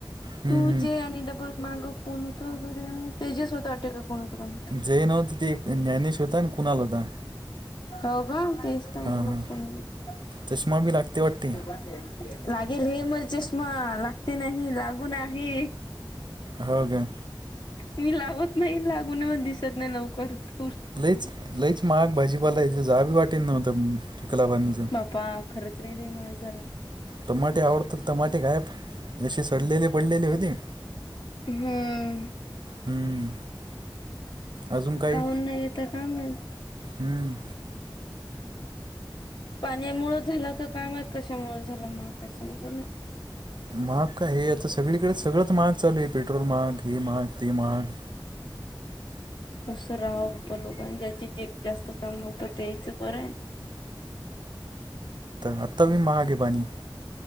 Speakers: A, on the right (about 60°); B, on the left (about 65°).
A: हम्म
B: तू
A: हम्म
B: जे आणि डबल माग कोण होतो गड्या ते तेजस होता वाटतं की दुसरं कोणी होतो
A: जे नव्हत ते ज्ञानेश होता आणि कुणाल होता
B: हो का तेच का
A: हा
B: मख
A: हा
B: मंग
A: चष्मा बी लागते वाटते
B: लागेल हे मला चष्मा ला ते नाही लागून आहे
A: हो काय
B: मी लावत नाही लागू नये मण लागून वर दिसत नाही लवकर लवकर
A: लईच लईच महाग भाजीपाला जाबी वाटेल नव्हतं चिखलाबानीचं
B: बा्पा खरंच रेते माग झाला
A: टमाटे आवडतात टमाटे गायफ जशी सडलेले पडलेले होती
B: हम्म
A: हम्म अजून काही
B: काऊन नाही येत माहीत
A: हम्म
B: पाण्या मुळ झाला का काय माहीत कशा मुळं झालं मला काय समज ना
A: मग का हे सगळीकडे सगळंच महाग चालू आहे पेट्रोल महाग हे महाग ते महाग
B: कसं राहावं पण लोकांनी ज्याची जीक जास्त कामी होतं तेच बरं आहे
A: आतावी महागे पाणी